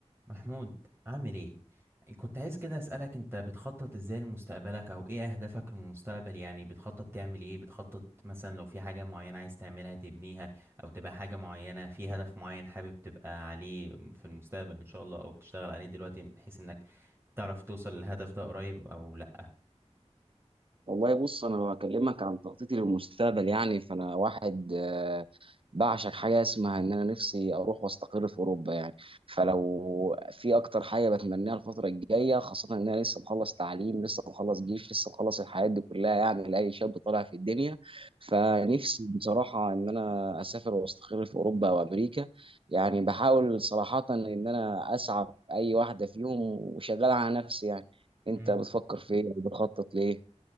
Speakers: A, on the right; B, on the right.
A: محمود عامل ايه كنت عايز كده اسالك انت بتخطط ازاي لمستقبلك او ايه اهدافك في المستقبل يعني بتخطط تعمل ايه بتخطط مثلا لو في حاجه معينه عايز تعملها تبنيها او تبقى حاجه معينه في هدف معين حابب تبقى عليه في المستقبل ان شاء الله او بتشتغل عليه دلوقتي بحيث انك تعرف توصل للهدف ده قريب او لا
B: والله بص انا لو هكلمك عن تخطيطي للمستقبل يعني فانا واحد آه، بعشق حاجه اسمها ان انا نفسي اروح واستقر في اوروبا يعني فلو في اكتر حاجه بتمنيها الفتره الجايه خاصه ان انا لسه مخلص تعليم لسه مخلص جيش لسه مخلص الحياه دي كلها يعني لاي شاب طالع في الدنيا فنفسي بصراحه ان انا اسافر واستقر في اوروبا وامريكا يعني بحاول صراحه ان انا اسعى في اي واحده فيهم وشغال على نفسي يعني انت
A: امم
B: بتفكر في ايه وبتخطط ليه